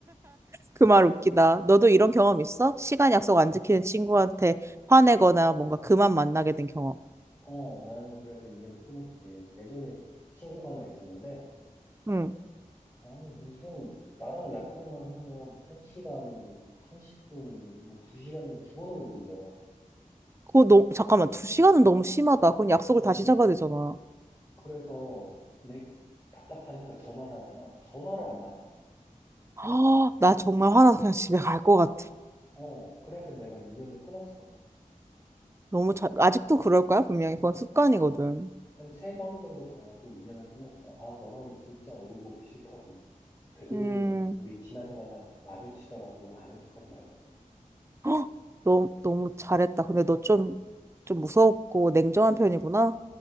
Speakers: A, on the right; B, on the left.
A: 그 말 웃기다. 너도 이런 경험 있어? 시간 약속 안 지키는 친구한테 화내거나 뭔가 그만 만나게 된 경험.
B: 어, 나는 그래서 인연을 끊었지. 예전에 친구가 하나 있었는데,
A: 응.
B: 아니, 무슨, 나랑 약속만 하면 1시간 30분, 뭐 2시간은 기본으로 늦어.
A: 그거 너 잠깐만. 두 시간은 너무 심하다. 그건 약속을
B: 음,
A: 다시 잡아야 되잖아.
B: 그래서 내 답답하니까 전화를 하잖아. 전화를 안 받아.
A: <gasps> 아, 나 정말 화나서 그냥 집에 갈 것 같아.
B: 어, 그래서 내가 인연을 끊었어.
A: 너무 자, 아직도 그럴 거야? 분명히 그건 습관이거든.
B: 음, 한 세 번 정도 당하고 인연을 끊었어. 아, 너랑 진짜 얼굴 보기 싫다고. 되도록이면
A: 음.
B: 우리 지나가다 마주치더라도 아는 척하지 말자고. 그랬어.
A: 헉, 너무, 너무 잘했다. 근데 너 좀, 좀 무섭고 냉정한 편이구나.